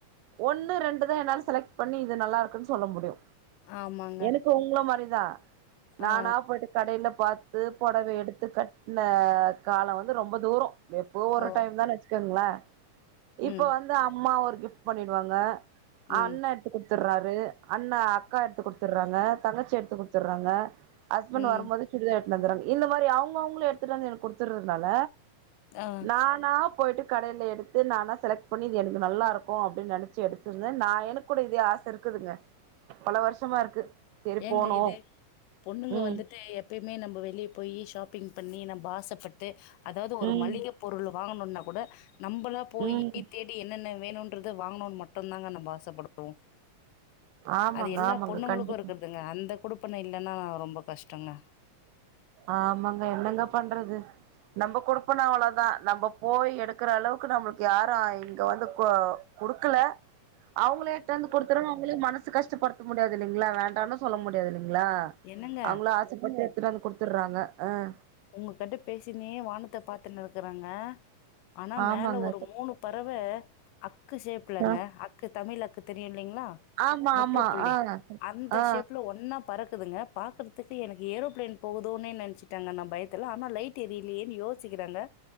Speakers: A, on the right; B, on the left.
A: ஒன்னு ரெண்டுதா என்னால செலக்ட் பண்ணி இது நல்லா இருக்குன்னு சொல்ல முடியு
B: ஆமாங்க
A: எனக்கு உங்ள மாரிதா நானா
B: ஆ
A: போயிட்டு கடையில பார்த்து புடவை எடுத்து கட்டின காலம் வந்து ரொம்ப தூரம் எப்போ ஒரு
B: ஓ
A: டைம் தான் வச்சுக்கோங்களேன் இப்ப
B: ம்
A: வந்து அம்மா ஒரு கிஃப்ட் பண்ணிடுவாங்க அண்ணன்
B: ம்
A: குடுத்துடுறாரு அண்ணா அக்கா எடுத்து குடுத்துடுறாங்க தங்கச்சி எடுத்து குடுத்துடுறாங்க ஹஸ்பண்ட்
B: ம்
A: வரும்போது சுடிதார் எடுத்துட்டு வந்துறாங்க இந்த மாதிரி அவங்க அவங்களும் எடுத்துட்டு வந்து எனக்கு கொடுத்துறதுனால
B: ஆ
A: நான் நான் போயிட்டு கடையில எடுத்து நானா செலக்ட் பண்ணி இது எனக்கு நல்லா இருக்கும் அப்படின்னு எடுத்திருந்தேன் எனக்கு கூட ஆசை இருக்குதுங்க பல வருஷமா இருக்கு செரி
B: ஏங்க
A: போனு
B: இதுபொண்ணுங்க
A: ம்
B: வந்துட்டு எப்போயுமே நம்ம வெளியே போய் ஷாப்பிங் பண்ணி நம்ம ஆசைப்பட்டு அதாவது ஒரு
A: ம்
B: மளிகை பொருள் வாங்கணுனா கூட நம்மளாக போய்
A: ம்
B: தேடி என்னென்ன வேணும்ன்றது வாங்கணும்னு மட்டும்தாங்க நம்ம ஆசைப்படுவோம்
A: ஆமாங்க
B: அது எல்லா
A: ஆமாங்க
B: பொண்ணுங்களுக்கும்
A: கண்டிப்பா
B: இருக்கதுங்க அந்த குடுப்பண்ணை இல்லைன்னா ரொம்ப கஷ்டங்க
A: ஆமாங்க என்னங்க பண்றது நம்ம கொடுப்பனை அவ்வளவுதான் நம்ம போய் எடுக்கிற அளவுக்கு நம்மளுக்கு யாரும் இங்க வந்து கொடுக்கல
B: <inaudible>
A: அவங்களே எடுத்து வந்து கொடுத்துரங்க அவங்களே மனசை கஷ்டப்படுத்த முடியாது இல்லைங்களா வேண்டான்னு சொல்ல முடியாது இல்லைங்களா
B: என்னங்க
A: அவங்களும் ஆசைப்பட்டு எடுத்துட்டு வந்து குடுத்துடுறாங்க அஹ
B: உங்க கிட்ட பேசினினே வானத்தை பார்த்துன்னு இருக்கறாங்க ஆனா
A: ஆமாங்க
B: மேல ஒரு மூணு பறவை அக்கு ஷேப்புலங்க
A: ஆ,
B: அக்கு தமிழ் அக்கு தெரியும் இல்லைங்களா
A: ஆமா
B: முற்றுப்புள்ளி
A: ஆமா ஆ
B: அந்த
A: ஆ
B: ஷேப்ல ஒண்ணா பறக்குதுங்க பார்கறதுக்கு எனக்கு ஏரோப்ளைன் போகுதோன்னு நினாச்சிட்டாங்க நம் பயத்தில்ல ஆனா லைட் எரியிலயே ஏன் யோசிக்கிறாங்க